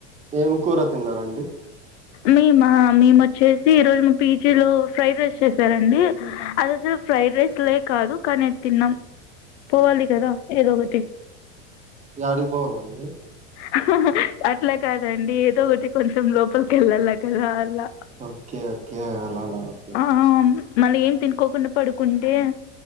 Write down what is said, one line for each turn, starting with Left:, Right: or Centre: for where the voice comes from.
Right: ఏం కూర తిన్నారండి
Left: మేమా మేము వచ్చేసి ఈ రోజు మా పీజీలో ఫ్రైడ్ రైస్ చేశారండి అది అసలు ఫ్రైడ్ రైస్ లైక్ కాదు కాని అది తిన్నం పోవాలి కదా ఏదోకటి హ
Right: యాడికి పోవాలనండి
Left: హ హ అట్లా కాదండి ఏదో ఒకటి కొంచెం లోపల ఎల్లాల అలా అలా
Right: ఓకే ఓకే అలానా ఓకే
Left: హ మళ్లీ ఏం తినుకోకుండా పడు కుంటే